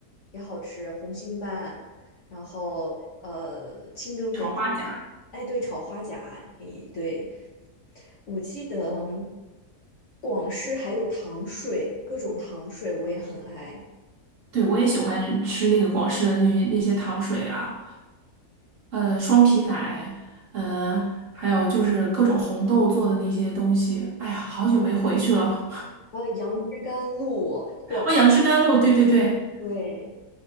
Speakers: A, on the left; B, on the right.
A: 也好吃，红心斑，然后呃，清蒸红心斑哎，
B: 炒花甲，
A: 对，炒花甲，也对。我记得广式还有糖水，各种糖水我也很爱。
B: 对，我也喜欢吃那个广式的那那些糖水啊，呃，双皮奶，呃，还有就是各种红豆做的那些东西。哎呀，好久没回去了，
A: 还有杨枝甘露，
B: <laughs>
A: 广
B: 哦，杨枝甘露，对对对。
A: 对，